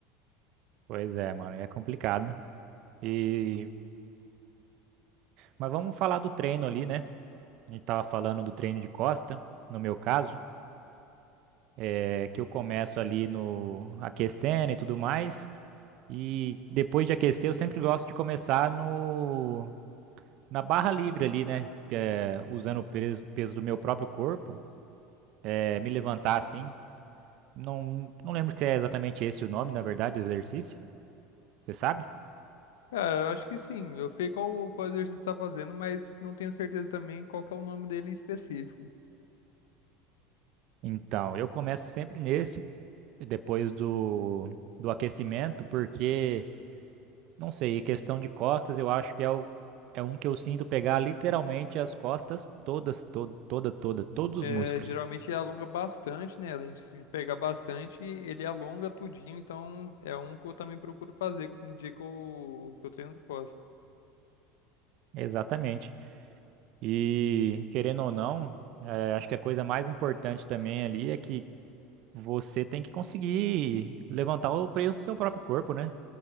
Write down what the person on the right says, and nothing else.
Pois é, mano, é complicado. E mas vamos falar do treino ali, né? A gente tava falando do treino de costa, no meu caso, é que eu começo ali no aquecendo e tudo mais. E depois de aquecer, eu sempre gosto de começar no, na barra livre ali, né? É, usando o peso, peso do meu próprio corpo, é, me levantar assim. Não, não lembro se é exatamente esse o nome, na verdade, do exercício. Você sabe?
Então, eu começo sempre nesse, depois do, do aquecimento, porque, não sei, questão de costas, eu acho que é, o, é um que eu sinto pegar literalmente as costas todas, to, toda, toda, todos
os músculos.
Exatamente. E querendo ou não, eh, acho que a coisa mais importante também ali é que você tem que conseguir levantar o peso do seu próprio corpo, né?